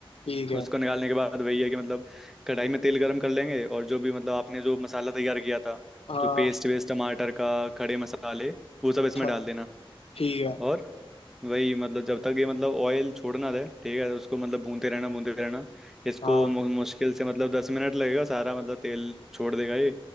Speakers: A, on the left (about 85°); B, in the centre.
A: ठीक है
B: उसको निकालने के बाद वही है कि मतलब कढ़ाई में तेल गरम कर लेंगे और जो भी मतलब आपने जो मसाला तैयार किया था
A: हाँ
B: जो पेस्ट वेस्ट टमाटर का खड़े मसाले वो सब इसमें
A: अच्छा
B: डाल देना
A: ठीक है
B: और वही मतलब जब तक ये मतलब ऑयल छोड़ना दे ठीक है उसको मतलब भूनते रहना भूनते रहना इसको
A: हाँ
B: मु- मुश्किल से मतलब दस मिनट लगेगा सारा मतलब तेल छोड़ देगा ये